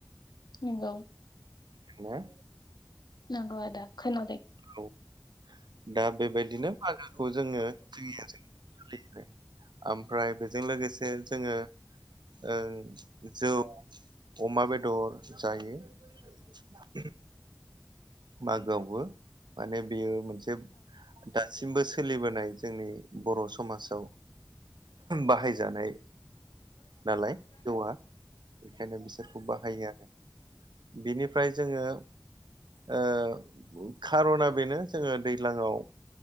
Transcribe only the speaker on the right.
हेल'
हेल' दा बेबादिनो मागोखौ जोङो क्रियाजों सोलियो ओमफ्राय बेजों लोगोसे जोङो ओग जौ। अमा बेदर जायो। ओहम। मागोआवबो माने बेयो जोब दा। दासिमबो सोलिबोनाय जोंनि बर' समाजाव बाहायजानाय नालाय दङ बेखायनो बिसोरखौ बाहायो आरो। बिनिफ्राय जोङो ओ खार'ना बेनो जोङो दैज्लांआव